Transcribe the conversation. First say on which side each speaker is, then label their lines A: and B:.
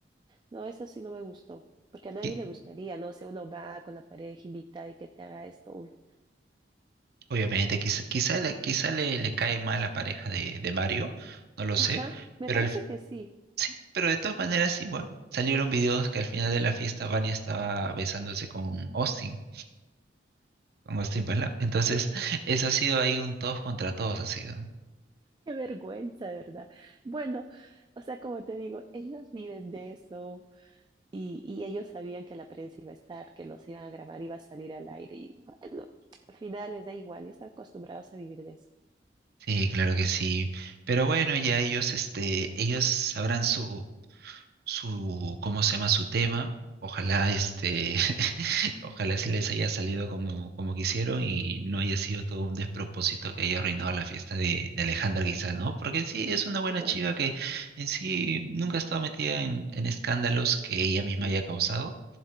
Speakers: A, on the right; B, on the right.
A: no, eso sí no me gustó, porque a nadie
B: Sí,
A: le gustaría, no sé, uno va con la pareja invitada y que te haga esto. uy.
B: Obviamente, quizá, quizá, le, quizá le, le cae mal la pareja de, de Mario, no lo sé,
A: Ajá, me
B: pero
A: parece
B: al-
A: que sí.
B: sí, pero de todas maneras igual salieron videos que al final de la fiesta Vania estaba besándose con Austin, con Austin Palao. Entonces, <laughs> eso ha sido ahí un todos contra todos ha sido.
A: Qué vergüenza, de verdad. Bueno, o sea, como te digo, ellos viven de eso Y, y ellos sabían que la prensa iba a estar, que los iban a grabar, iba a salir al aire. Y bueno, al final les da igual y están acostumbrados a vivir de eso.
B: Sí, claro que sí. Pero bueno, ya ellos, este, ellos sabrán su, su, ¿cómo se llama? su tema. Ojalá este, <laughs> ojalá se les haya salido como, como quisieron y no haya sido todo un despropósito que haya arruinado la fiesta de, de Alejandra quizá, ¿no? Porque en sí es una buena
A: Sí, pues.
B: chica que en sí nunca ha estado metida en, en escándalos que ella
A: Ujú.
B: misma haya causado.